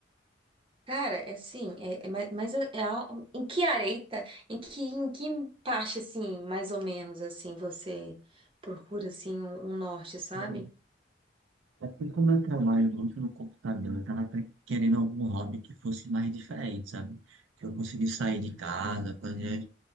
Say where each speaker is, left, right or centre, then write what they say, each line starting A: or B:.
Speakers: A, on the right (about 25°); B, on the right (about 80°).
A: Cara, é assim, é, é mais, mas é- é al- em que areita, em que, em que parte, assim, mais ou menos, assim, você procura, assim, um, um norte, sabe?
B: É, assim como eu trabalho muito no computador, eu estava querendo algum hobby que fosse mais diferente, sabe? Que eu conseguisse sair de casa, fazer